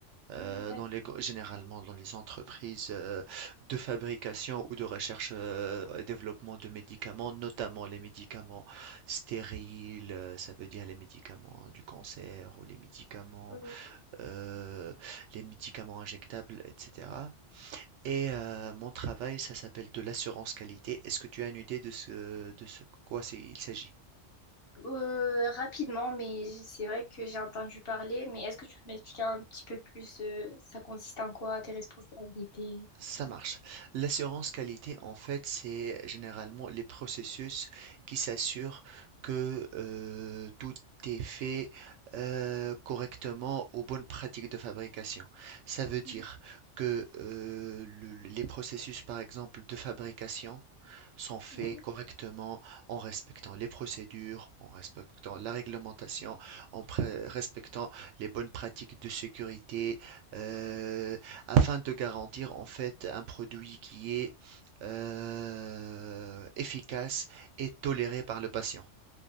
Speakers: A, on the right; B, on the left.
A: euh,
B: Mm,
A: dans les, gr- généralement dans les entreprises euh, de fabrication ou de recherche euh, et développement de médicaments, notamment les médicaments stériles, euh, ça veut dire les médicaments du cancer ou les médicaments,
B: D'accord.
A: euh, les médicaments injectables, etc. Et euh, mon travail, ça s'appelle de l'assurance qualité. Est-ce que tu as une idée de ce, de ce quoi c'est- il s'agit?
B: Euh, rapidement, mais j- c'est vrai que j'ai entendu parler. Mais est-ce que tu peux m'expliquer un petit peu plus, euh, ça consiste en quoi, tes responsabilités?
A: Ça
B: tu
A: marche.
B: vois
A: L'assurance qualité, en fait, c'est généralement les processus qui s'assurent que euh, tout est fait euh, correctement aux bonnes pratiques de fabrication. Ça veut dire
B: Mm,
A: que euh, le- les processus, par exemple, de fabrication, sont faits
B: Oui,
A: correctement en respectant les procédures, en respectant la réglementation, en pré- respectant les bonnes pratiques de sécurité, euh, afin de garantir en fait un produit qui est euh, efficace et toléré par le patient.